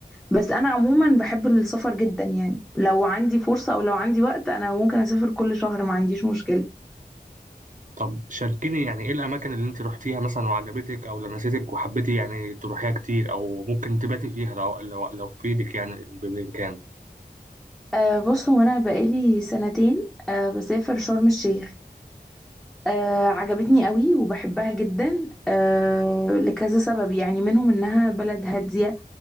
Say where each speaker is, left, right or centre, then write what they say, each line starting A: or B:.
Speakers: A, in the centre; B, on the right.
A: بس انا عموما بحب السفر جدا يعني لو عندي فرصه او لو عندي وقت انا ممكن اسافر كل شهر ما عنديش مشكله
B: طب شاركيني يعني ايه الاماكن اللي انت روحتيها مثلا وعجبتك او لمستك وحبيتي يعني تروحيها كتير او ممكن تباتي فيها لو لو, لو في ايدك يعني بامكان
A: أه بص هو انا بقالي سنتين أه بسافر شرم الشيخ آه عجبتني قوي وبحبها جدا آه لكذا سبب يعني منهم انها بلد هادية